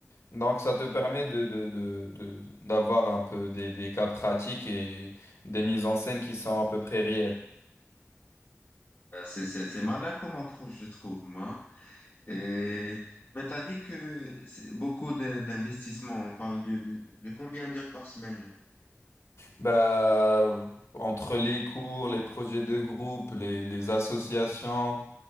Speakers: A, on the left (about 70°); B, on the left (about 40°).
A: Donc ça te permet de, de, de, de- d'avoir un peu des, des cas pratiques et des mises en scène qui sont à peu près réelles.
B: Euh, C'est c'est c'est malin comme approche, je trouve moi. Et, mais t'as dit que c'est beaucoup de- d'investissements. On parle de, de, de combien d'heures par semaine? là
A: Bah, entre les cours, les projets de groupe, les, les associations.